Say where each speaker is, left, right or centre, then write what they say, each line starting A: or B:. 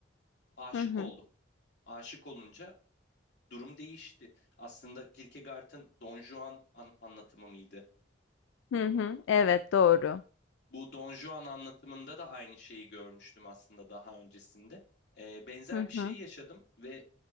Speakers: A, on the left; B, on the left.
A: aşık
B: Hı hı.
A: oldum. Aşık olunca durum değişti. Aslında Kierkegaard'ın Don Juan an- anlatımı mıydı?
B: Hı hı. Evet, doğru.
A: Bu Don Juan anlatımında da aynı şeyi görmüştüm aslında daha öncesinde. Ee, benzer
B: Hı
A: bir şey
B: hı.
A: yaşadım ve